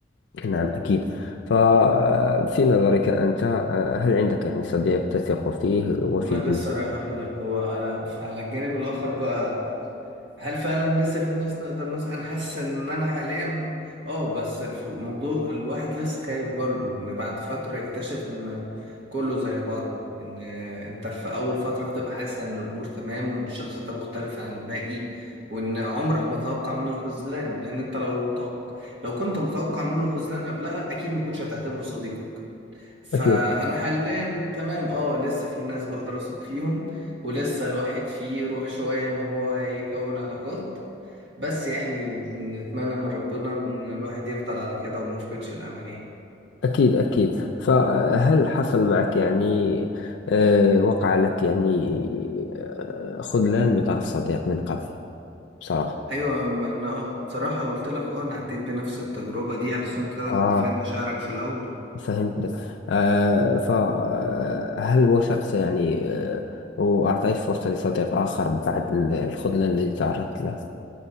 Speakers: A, on the left; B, on the right.
A: نعم أكيد ففي نظرك أنت آه، هل عندك يعني صديق تثق فيه وفيه
B: ما لسه رايح اقول لك هو على فعلى الجانب الاخر بقى هل فعلا لسه في ناس نقدر نوصل انا حاسس ان انا حاليا اه بس الف- الموضوع الواحد لسه خايف برضه ان بعد فترة يكتشف ان كله زي بعضه ان انت في اول فترة بتبقى حاسس ان الامور تمام وان الشخص ده مختلف عن الباقي وان عمرك ما توقع منه الخذلان لان انت لو توق... لو كنت متوقع منه الخذلان قبلها اكيد ما كنتش هتعتبره صديقك فانا
A: أكيد
B: حاليا تمام اه لسه في ناس بقدر اثق فيهم ولسه الواحد فيه روح شوية ان هو يكون علاقات بس يعني نتمنى من ربنا ان الواحد يفضل على كده وما يفقدش الامل يعني
A: أكيد أكيد فهل حصل معك يعني آه، وقع لك يعني آه، خذلان من طرف صديق من قبل بصراحة
B: ايوه ما انا آه، بصراحة قلت لك اه انا عديت بنفس التجربة دي علشان كده
A: آه
B: كنت فاهم مشاعرك في الاول
A: فهمتك آه فهل وثقت يعني آه وأعطيت فرصة لصديق آخر بعد ال- الخذلان الذي تعرضت له